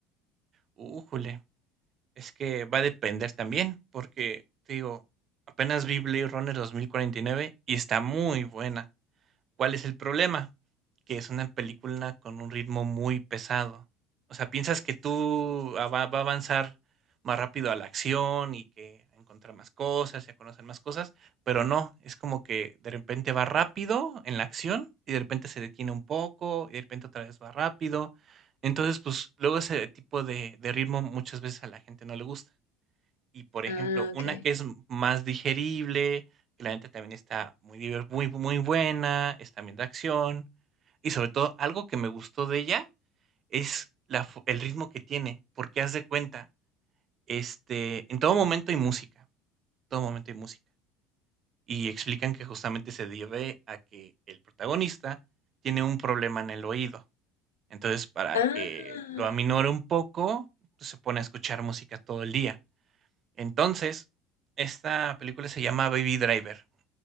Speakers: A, on the right (about 45°); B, on the left (about 80°).
A: Újule, es que va a depender también, porque te digo, apenas vi Blade Runner 2049 y nueve y está muy buena. ¿Cuál es el problema? Que es una película con un ritmo muy pesado. O sea, piensas que tú va, va a avanzar más rápido a la acción y que a encontrar más cosas y a conocer más cosas, pero no, es como que de repente va rápido en la acción y de repente se detiene un poco y de repente otra vez va rápido. Entonces, pues luego ese tipo de, de ritmo muchas veces a la gente no le gusta. Y, por
B: Ah,
A: ejemplo, una
B: ok.
A: que es más digerible, que la neta también está muy, diver- muy, muy buena, es también de acción. Y sobre todo, algo que me gustó de ella es la, fo- el ritmo que tiene, porque haz de cuenta, este, en todo momento hay música, todo momento hay música. Y explican que justamente se debe a que el protagonista tiene un problema en el oído. Entonces, para
B: Ah,
A: que lo aminore un poco, pues, se pone a escuchar música todo el día entonces, esta película se llama Baby Driver.